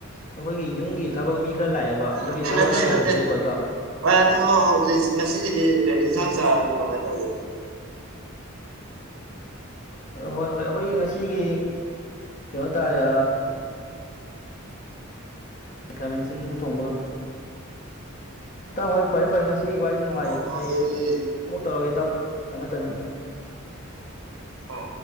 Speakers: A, on the left; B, on the right.
A: ꯑꯩꯈꯣꯏꯒꯤ ꯌꯨꯝꯒꯤ ꯊꯕꯛ ꯃꯤ ꯈꯔ ꯂꯥꯛꯑꯦꯕ ꯑꯗꯨꯒꯤ
B: ꯅꯠꯇꯦ
A: ꯊꯕꯛ
B: ꯅꯠꯇꯦ
A: ꯈꯔ ꯂꯣꯏꯁꯤꯜꯂꯨꯒꯦꯀꯣ
B: ꯅꯠꯇꯦ
A: ꯏꯇꯥꯎ
B: ꯍꯣꯏ ꯑ ꯑꯗꯨꯣ ꯍꯧꯖꯤꯛ ꯉꯁꯤꯒꯤꯗꯤ ꯀꯔꯤ ꯌꯦꯟꯁꯥꯡ
A: ꯎꯝ
B: ꯆꯥꯔꯒꯦ ꯀꯃꯥꯏꯅ ꯇꯧ ꯔꯒꯦ
A: ꯍꯣꯏ ꯍꯣꯏ ꯑꯩꯈꯣꯏ ꯉꯁꯤꯒꯤ ꯀꯩꯅꯣ ꯇꯥꯔꯦ ꯥꯈꯥꯃꯦꯟꯁꯤꯟꯕ ꯊꯣꯡꯕꯒ ꯏꯇꯥꯎ ꯍꯣꯏ ꯐꯔꯦ ꯐꯔꯦ ꯉꯁꯤ ꯋꯥꯔꯤꯁꯤ ꯅꯨꯡꯉꯥꯏꯔꯤ
B: ꯑꯣ
A: ꯍꯌꯦꯡ
B: ꯑꯗꯨꯗꯤ
A: ꯑꯃꯨꯛ ꯇꯧꯔꯒꯦ ꯇꯥꯎ ꯊꯝꯃꯦ ꯊꯝꯃꯦ ꯎꯝ
B: ꯑꯣ